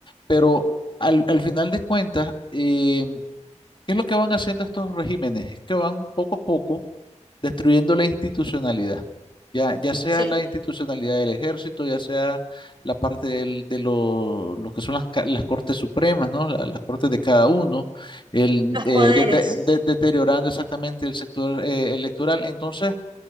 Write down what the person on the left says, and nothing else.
Pero al, al final de cuentas, eh, ¿qué es lo que van haciendo estos regímenes? Es Que van poco a poco. destruyendo la institucionalidad, ya, ya sea
la institucionalidad del ejército, ya sea la parte del- de lo, lo que son las, ca- las cortes supremas, ¿no? La- las cortes de cada uno, el,
eh,
dete- de- deteriorando exactamente el sector eh, electoral. Entonces,